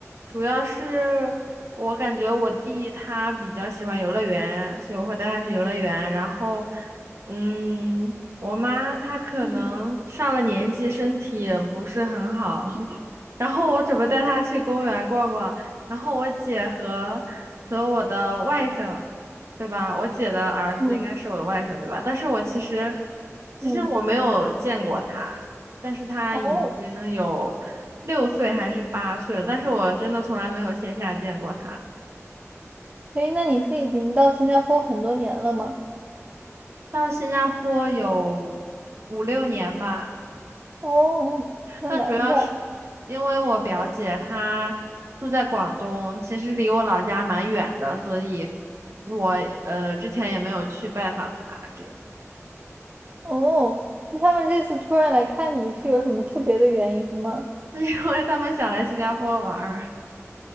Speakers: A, on the right (about 60°); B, on the right (about 30°).
A: 主要是我感觉我弟他比较喜欢游乐园，所以我会带他去游乐园。然后，嗯，我妈她可能上了年纪，
B: 嗯
A: 身体也不是很好，<laughs> 然后我准备带他去公园逛逛，然后我姐和和我的外甥，对吧？我姐的儿子应该是我的外甥，
B: 嗯，
A: 对吧？但是我其实其实我没有见过他，
B: 嗯，
A: 但是他已经有六岁还是八岁了，
B: 哦，
A: 但是我真的从来没有线下见过他。
B: 哎，那你是已经到新加坡很多年了吗？
A: 到新加坡有五六年吧。
B: 哦，那难怪。
A: 那主要是因为我表姐她住在广东，其实离我老家蛮远的，所以我呃之前也没有去拜访她，这样，
B: 哦，那他们这次突然来看你是有什么特别的原因吗？
A: <laughs> 因为他们想来新加坡玩儿。